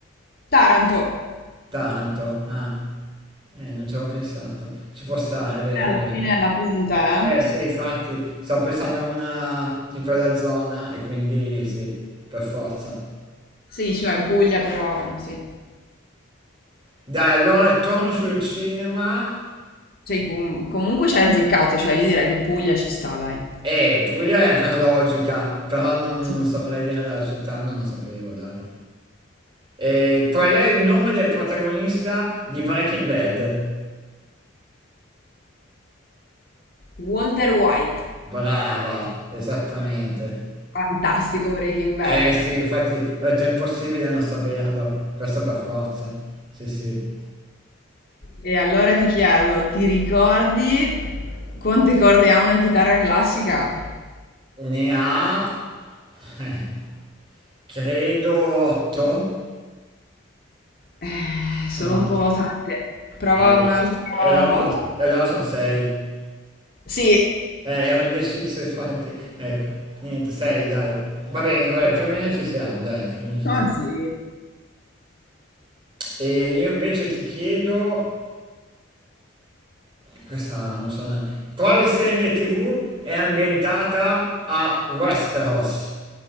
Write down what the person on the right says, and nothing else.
Taranto, ah, eh, non ci avevo pensato, ci può stare, è vero,
è vero.
Eh
sì, infatti, sto pensando a una di quella zona e quindi sì, per forza.
Dai, allora torno sul cinema
Eh, Puglia è per logica, però non,
non saprei dire la città, non lo sapevo, dai. E qual è il nome del protagonista di Breaking Bad?
Brava, esattamente.
Eh sì, infatti ho detto è impossibile non saperlo, questo per forza. Sì, sì.
Ne ha, eh, credo 8?
No,
e al-
e
allora sono 6.
Eh, ero indeciso, infatti. Ecco, niente, sei, dai. Va bene, vabbè,
più o meno ci siamo, dai, più o meno ci
siamo.
E io invece ti chiedo, questa non so, ne- quale serie TV è ambientata a Westeros?